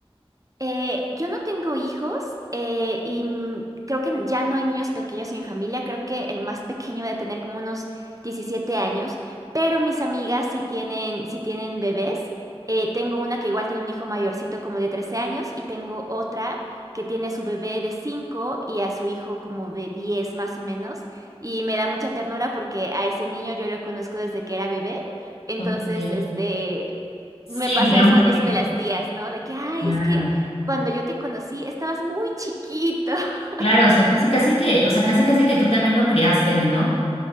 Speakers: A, on the right; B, on the left.
A: Eh, yo no tengo hijos eh, y mm, creo que ya no hay niños pequeños en mi familia. Creo que el más pequeño debe tener como unos 17 años, pero mis amigas sí tienen, sí tienen bebés. Eh, tengo una que igual tiene un hijo mayorcito como de 13 años y tengo otra que tiene a su bebé de 5 y a su hijo como de 10 más o menos. Y me da mucha ternura porque a ese niño yo lo conozco desde que era bebé. Entonces,
B: Ok.
A: este...
B: Sí,
A: Me pasa
B: digamos
A: eso, eso
B: que.
A: de las tías, ¿no? De que, ay,
B: Claro.
A: es que cuando yo te conocí, estabas muy chiquito. <laughs>
B: Claro, o sea, casi casi que, o sea, casi casi que tú también lo criaste, ¿no?